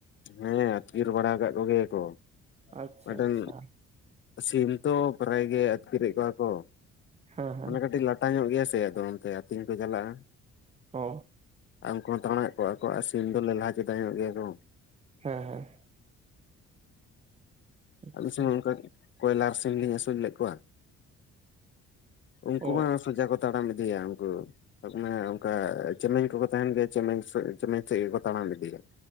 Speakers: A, on the left; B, on the right.
A: ᱦᱮᱸ ᱟᱹᱛᱠᱤᱨ ᱵᱟᱲᱟ ᱠᱟᱜ ᱠᱚ ᱜᱮᱭᱟ ᱠᱚ
B: ᱟᱪᱪᱷᱟ
A: ᱢᱤᱜᱴᱮᱱ
B: ᱟᱪᱪᱷᱟ
A: ᱥᱤᱢ ᱛᱚ ᱯᱨᱟᱭ ᱜᱮ ᱟᱹᱛᱠᱤᱨᱮᱜ ᱠᱚᱣᱟ ᱠᱚ
B: ᱦᱮᱸ ᱦᱮᱸ
A: ᱢᱟᱱᱮ ᱠᱟᱹᱴᱤᱡ ᱞᱟᱴᱟ ᱧᱚᱜ ᱜᱮᱭᱟ ᱥᱮ ᱟᱫᱚ ᱚᱱᱛᱮ ᱛᱤᱧ ᱠᱚ ᱪᱟᱞᱟᱜᱼᱟ᱾
B: ᱚ
A: ᱟ ᱩᱝᱠᱩ ᱦᱚᱸ ᱛᱟᱬᱟᱜ ᱠᱚᱜᱼᱟ ᱠᱚ ᱟ ᱥᱤᱢ ᱫᱚ ᱞᱮᱞᱦᱟ ᱪᱚᱫᱟ ᱧᱚᱜ ᱜᱮᱭᱟ ᱠᱚ
B: ᱦᱮᱸ ᱦᱮᱸ ᱟᱪᱪᱷᱟ
A: ᱟᱞᱮ ᱥᱮᱜ ᱢᱟ ᱚᱝᱠᱟ ᱵᱚᱭᱞᱟᱨ ᱥᱤᱢ ᱞᱤᱧ ᱟᱹᱥᱩᱞ ᱞᱮᱜ ᱠᱚᱣᱟ᱾ ᱩᱝᱠᱩ
B: ᱚ
A: ᱢᱟ ᱥᱳᱡᱟ ᱠᱚ ᱛᱟᱲᱟᱢ ᱤᱫᱤᱭᱟ ᱩᱝᱠᱩ ᱥᱟᱜ ᱢᱮ ᱚᱱᱠᱟ ᱪᱮᱢᱮᱧ ᱠᱚᱠᱚ ᱛᱟᱦᱮᱱ ᱜᱮᱭᱟ ᱪᱮᱢᱮᱧ ᱥᱮ ᱪᱮᱢᱮᱧ ᱥᱮᱜ ᱜᱮᱠᱚ ᱛᱟᱲᱟᱢ ᱤᱫᱤᱭᱟ᱾